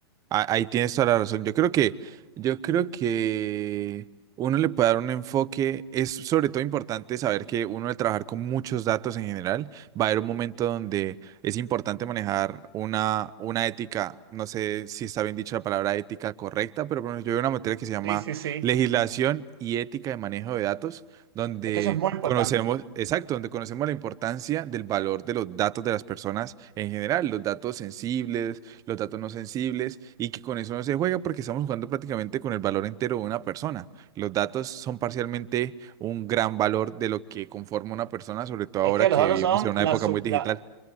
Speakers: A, on the right; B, on the right.
A: Ah, Ahí tienes toda la razón. Yo creo que, yo creo que uno le puede dar un enfoque. Es sobre todo importante saber que uno al trabajar con muchos datos en general, va a haber un momento donde es importante manejar una, una ética, no sé si está bien dicha la palabra ética correcta, pero por ejemplo, yo veo una materia que se llama
B: Sí, sí, sí.
A: legislación y ética de manejo de datos, donde
B: Es que eso es muy importante.
A: conocemos, exacto, donde conocemos la importancia del valor de los datos de las personas en general, los datos sensibles los datos no sensibles y que con eso no se juega porque estamos jugando prácticamente con el valor entero de una persona. Los datos son parcialmente un gran valor de lo que conforma una persona, sobre todo
B: Es
A: ahora
B: que los
A: que
B: datos
A: vivimos
B: son
A: en una
B: la,
A: época
B: sub-
A: muy digital.
B: la-